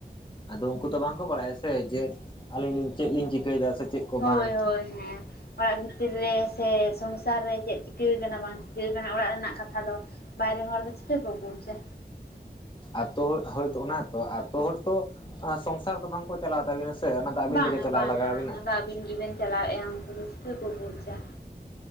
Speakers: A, on the left (about 30°); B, on the left (about 70°).
A: ᱟᱫᱚ ᱩᱱᱠᱩ ᱛᱚ ᱵᱟᱝᱠᱚ ᱵᱟᱲᱟᱭᱟ ᱥᱮ ᱡᱮ ᱟᱹᱞᱤᱧ ᱞᱤᱧ ᱪᱮᱫ ᱞᱤᱧ ᱪᱤᱠᱟᱹᱭᱮᱫᱟ ᱥᱮ ᱪᱮᱫ ᱠᱚ ᱵᱟᱝ
B: ᱦᱳᱭ ᱦᱳᱭ ᱦᱮᱸ ᱚᱲᱟᱜ ᱵᱷᱤᱛᱤᱨ ᱨᱮ ᱥᱮ ᱥᱚᱝᱥᱟᱨ ᱨᱮ ᱪᱮᱫ ᱪᱤᱠᱟᱹ ᱟᱠᱟᱱᱟ ᱵᱟᱝ ᱪᱤᱠᱟᱹ ᱟᱠᱟᱱᱟ ᱚᱲᱟᱜ ᱨᱮᱱᱟᱜ ᱨᱮᱱᱟᱜ ᱠᱟᱛᱷᱟ ᱫᱚ ᱵᱟᱭᱨᱮ ᱦᱚᱲ ᱫᱚ ᱪᱤᱠᱟᱹ ᱠᱚ ᱵᱩᱡᱟ
A: ᱟᱛᱳ ᱦᱳᱭᱛᱚ ᱚᱱᱟ ᱛᱚ ᱟᱛᱳ ᱦᱚᱲ ᱛᱚ ᱥᱚᱝᱥᱟᱨ ᱫᱚ ᱵᱟᱝᱠᱚ ᱪᱟᱞᱟᱣ ᱛᱟᱹᱵᱤᱱᱟ ᱥᱮ ᱚᱱᱟᱼᱫᱚ ᱟᱹᱵᱤᱱ
B: ᱵᱟᱝᱟ
A: ᱛᱮᱜᱮ ᱪᱟᱞᱟᱣ
B: ᱵᱟᱝᱟ
A: ᱞᱟᱜᱟᱣᱵᱤᱱᱟ
B: ᱚᱱᱟ ᱫᱚ ᱟᱹᱵᱤᱱ ᱜᱮᱵᱮᱱ ᱪᱟᱞᱟᱣᱮᱜᱼᱟ ᱩᱱᱠᱩ ᱫᱚ ᱪᱤᱠᱟ ᱠᱚ ᱵᱩᱡᱟ